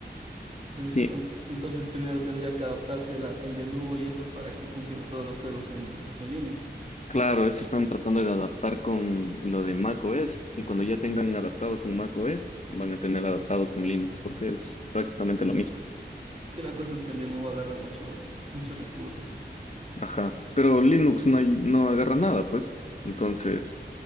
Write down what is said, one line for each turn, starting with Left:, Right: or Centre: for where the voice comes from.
Right: Sí,
Left: Sí,
Right: enton- Entonces, primero tendría que adaptarse el, el de nuevo y esos para que funcionen todos los juegos en, en Linux.
Left: claro, eso están tratando de adaptar con lo de macOS. Y cuando ya tengan adaptado con macOS, van a tener adaptado con Linux, porque es prácticamente lo mismo.
Right: Es que la cosa es que el de nuevo agarra mucho, mucho recurso.
Left: Ajá. Pero Linux no, hay- no agarra nada, pues. Entonces,